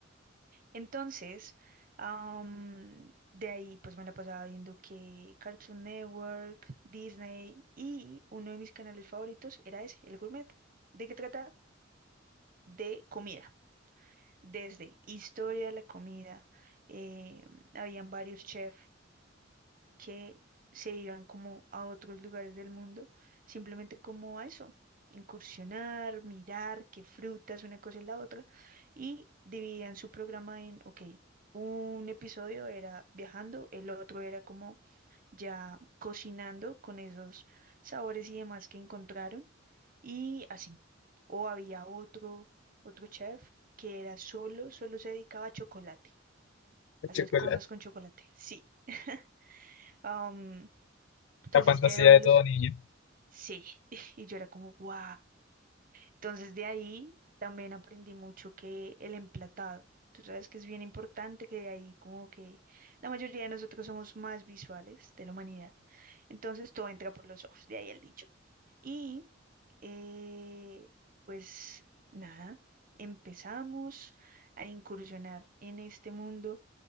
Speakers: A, on the right; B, on the left.
A: Entonces, am, de ahí pues me la pasaba viendo que Cartoon Network, Disney y uno de mis canales favoritos era ese, El Gourmet. ¿De qué trata? De comida. Desde historia de la comida, eh, habían varios chefs que se iban como a otros lugares del mundo, simplemente como a eso, incursionar, mirar qué frutas, una cosa y la otra, y dividían su programa en, ok, un episodio era viajando, el otro era como ya cocinando con esos sabores y demás que encontraron, y así. O había otro, otro chef que era solo, solo se dedicaba a chocolate,
B: el
A: a
B: chocolate,
A: hacer cosas con chocolate, sí. <laughs> Entonces
B: la fantasía
A: este era uno
B: de
A: de
B: todo
A: los,
B: niño.
A: sí, <laughs> y yo era como, wow. Entonces de ahí también aprendí mucho que el emplatado, tú sabes que es bien importante que de ahí como que la mayoría de nosotros somos más visuales de la humanidad. Entonces todo entra por los ojos, de ahí el dicho. Y eh, pues nada, empezamos a incursionar en este mundo